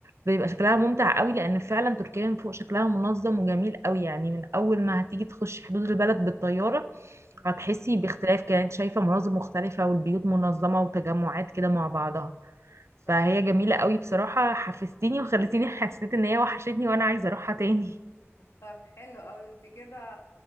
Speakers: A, on the right; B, on the left.
A: بيبقى شكلها ممتع قوي لان فعلا تركيا من فوق شكلها منظم وجميل قوي يعني من اول ما هتيجي تخشي حدود البلد بالطياره
B: مم.
A: هتحسي باختلاف كده انت شايفه مناظر مختلفه والبيوت منظمه وتجمعات
B: مم.
A: كده مع بعضها
B: فاهمك
A: فهي جميله قوي بصراحه حفزتيني وخلتيني <laughs> حسيت ان هي وحشتني وانا عايزه اروحها تاني
B: طب حلو قوي انت كده